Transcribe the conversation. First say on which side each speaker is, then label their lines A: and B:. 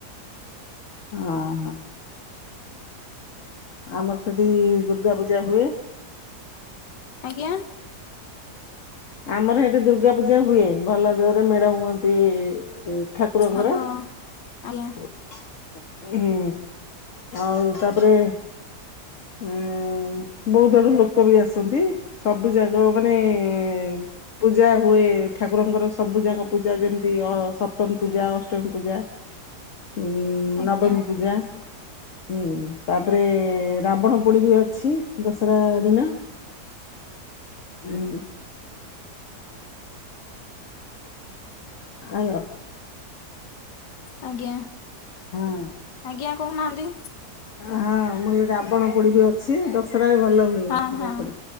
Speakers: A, on the left; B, on the left.
A: ହଁ ହ। ଆମର ସେଠି-ଇ ଦୁର୍ଗା ପୂଜା ହୁଏ।
B: ଆଜ୍ଞା।
A: ଆମର ହେଠି ଦୁର୍ଗା ପୂଜା ହୁଏ। ଭଲ ଯୋରେ ମେଢ ହୁଅନ୍ତି-ଇ ଠାକୁରଙ୍କର।
B: ଓହୋ ଆଜ୍ଞା।
A: ହୁଁ, ଆଉ ତା'ପରେ ଏଁ ବହୁତ ଆଡୁ ଲୋକ ବି ଆସନ୍ତି। ସବୁ ଜାଗ ମାନେ-ଏଁ ପୂଜା ହୁଏ, ଠାକୁରଙ୍କର ସବୁ ଯାକ ପୂଜା ଯେମିତି ଅ ସପ୍ତମୀ ପୂଜା, ଅଷ୍ଟମୀ ପୂଜା, ହୁଁ,
B: ଆଜ୍ଞା
A: ନବମୀ ପୂଜା ହୁଁ, ତା'ପରେ ରାବଣ ପୋଡି ବି ଅଛି, ଦଶରା ଦିନ ଉଁ ଆୟ
B: ଆଜ୍ଞା,
A: ହଁ
B: ଆଜ୍ଞା କହୁନାହାଁନ୍ତି!
A: ହଁ, ମୁଁ କଲି ରାବଣ ପୋଡି ବି ଅଛି, ଦଶରାରେ ଭଲ ହୁଏ।
B: ହଁ ହଁ
A: ଏପଡେ